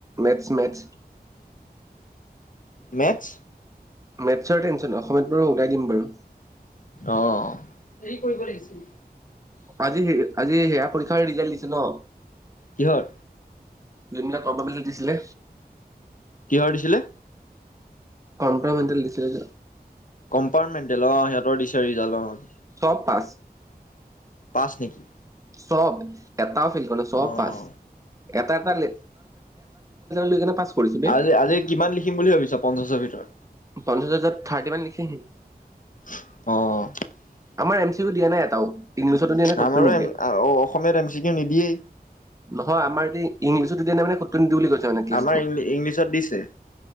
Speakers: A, on the right (about 20°); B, on the left (about 50°).
A: মেথচ
B: মেথচ।
A: মেথছৰ টেনচন অসমীয়াত বাৰু উটাই দিম বাৰু।
B: অঁ এই কৰিব লাগিছিল।
A: আজি, আজি সেয়া পৰীক্ষা- ৰিজাল্ট দিছে ন।
B: কিহৰ?
A: যোনবিলাক কম্পালমেচন দিছিলে।
B: কাৰ‌ দিছিলে
A: কম্পমেণ্টেল লিষ্টিলে য
B: কম্পাৰ্টমেণ্টেল অ সিহঁতৰ দিছে ৰিজাল্ট
A: অপাঁচ
B: পাছ নেকি
A: চব এটাও এ <unintelligible>
B: অ
A: তিনিটা লেটাৰ পাছ কৰিছে বে
B: আজি আজি কিমান লিখিম বুলি ভাবিছা পঞ্চাছৰ ভিতৰত
A: পঞ্চাছ হাজাৰ, থাৰ্টিন মান লিখি আহিম
B: অঁ
A: আমাৰ এম, চি কিওদিযা নাই এটাও। ইংলিছতো দিয়া নাই ক'তো
B: আমাৰো
A: নিদিয়ে
B: অসমীয়াত এম, চি, কিও নিদিয়েই।
A: নহয় আমাৰ এতিয়া ইংলিছতো দিয়া নাই মানে কতো নিদিওঁ বুলি কৈছে। মানে কেছটো
B: আমাৰ ই ইংলিছত দিছে।